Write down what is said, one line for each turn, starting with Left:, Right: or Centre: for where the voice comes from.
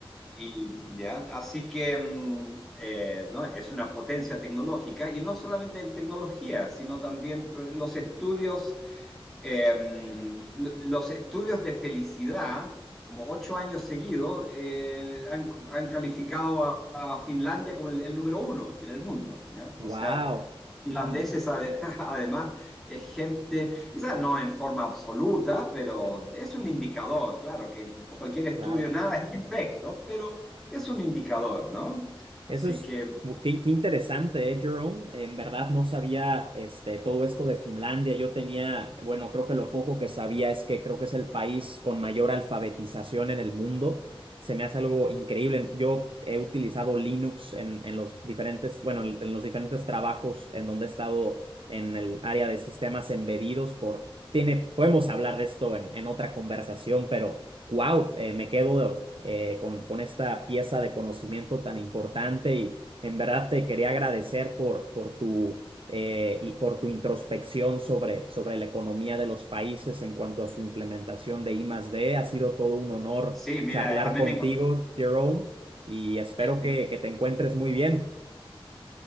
Centre: Y, ya, así que mm, eh, ¿no? es una potencia tecnológica y no solamente en tecnología, sino también eh, los estudios, eh, mm, lo- los estudios de felicidad, como ocho años seguidos, eh, han, han calificado a, a Finlandia como el, el número uno en el mundo, ¿ya? O
Right: wow.
Centre: sea, Irlandeses, ade- <laughs> además, es gente, quizás no en forma absoluta, pero
Right: Sí,
Centre: es un indicador, claro, que cualquier estudio,
Right: claro.
Centre: nada es perfecto, pero es un indicador, ¿no? Así
Right: Eso es,
Centre: que,
Right: mu- qué, qué interesante, ¿eh, Jerome? En verdad no sabía este, todo esto de Finlandia. Yo tenía, bueno, creo que lo poco que sabía es que creo que es el país con mayor alfabetización en el mundo. Se me hace algo increíble. Yo he utilizado Linux en, en los diferentes, bueno, en en los diferentes trabajos en donde he estado en el área de sistemas embedidos por, tiene, podemos hablar de esto en, en otra conversación, pero wow, me quedo eh, con, con esta pieza de conocimiento tan importante y en verdad te quería agradecer por, por tu, eh, y por tu introspección sobre, sobre la economía de los países en cuanto a su implementación de I más D. Ha sido todo un honor
Centre: sí, mira,
Right: charlar
Centre: a mí
Right: contigo,
Centre: me encanta.
Right: Jerome, y espero
Centre: Eh,
Right: que, que te encuentres muy bien.